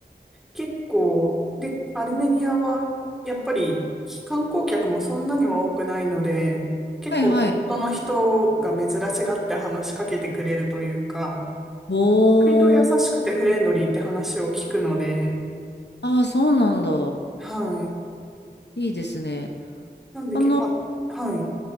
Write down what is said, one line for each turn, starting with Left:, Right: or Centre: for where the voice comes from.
Centre: 結構、で、アルメニアは、やっぱり、観光客もそんなにも多くないので、結構地元の人が珍しがって話しかけてくれるというか、
Left: はいはい。おー。
Centre: 割と優しくてフレンドリーって話を聞くので、
Left: ああ、そうなんだ。
Centre: はい。
Left: いいですね。
Centre: なんで結構、
Left: あの、
Centre: あはい。